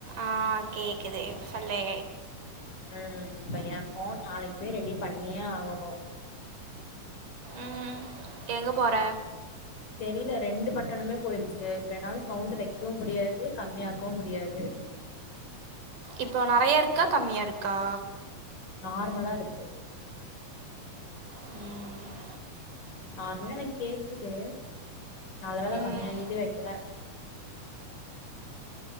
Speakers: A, on the right; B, on the left.
A: ஆ கேக்குது சொல்லே
B: ம் இப்ப எ போன் நாளைக்கு பேர் ரெடி பண்ணியே ஆகணு
A: ம் எங்க போற
B: தீல ரெண்டு பட்டனுமே போயிருச்சி இப்ப என்னால சவுண்டு வைக்கவும் முடியாது கம்மியாக்கவும் முடியாது
A: இப்போ நறையா இருக்கா கம்மியா இருக்கா
B: நார்மலா இருக்கு
A: ம்
B: நார்மலா எனக்கு கேக்குது நல்ல வேல
A: ம்
B: கம்மியா இது வக் கில